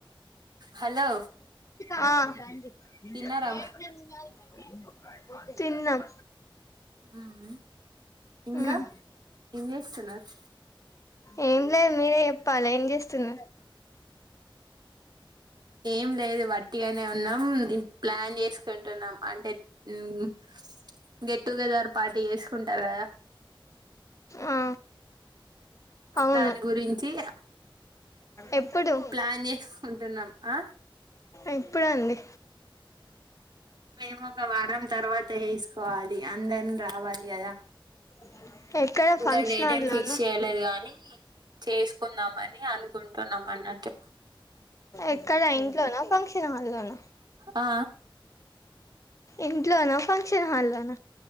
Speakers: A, on the right; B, on the left.
A: హలో
B: <unintelligible> ఆ <unintelligible>
A: తిన్నారా
B: తిన్నం
A: ఊ ఇంకా
B: ఉమ్
A: ఏంచేస్తున్నారు.
B: ఏం లేదు మీరే చెప్పాలి ఏం చేస్తున్నరు.
A: ఏం లేదు వట్టిగా నే ఉన్నాం ఇన్ ప్లాన్ జేస్ టున్నాం అంటే ఉమ్ గెట్ టుగెదర్ పార్టీ ఏసుకుంటారు గదా
B: ఆ అవును
A: దాని గురించి
B: ఎప్పుడు
A: ప్లాన్ చేసుకుంటున్నాం ఆ
B: ఎప్పుడండి
A: మేము ఒక వారం తర్వాత ఏసుకోవాలి ఆ అందన్ రావాలి గదా
B: <inaudible>
A: ఇంకా
B: ఫంక్షన్
A: డేట్
B: హాల్లోనా
A: ఏమి ఫిక్స్ చేయలేదు గానీ చేసుకుందామని అనుకుంటున్నాం అన్నట్టు
B: ఎక్కడ ఇంట్లోన ఫంక్షన్ హాల్ లోన
A: ఆ
B: ఇంట్లోనా ఫంక్షన్ హాల్లోన